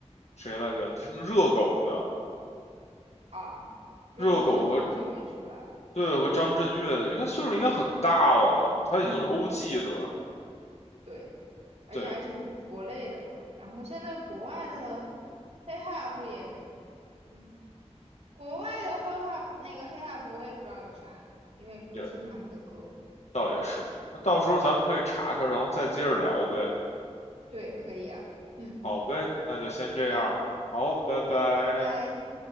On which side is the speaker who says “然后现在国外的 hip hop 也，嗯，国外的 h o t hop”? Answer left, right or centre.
Right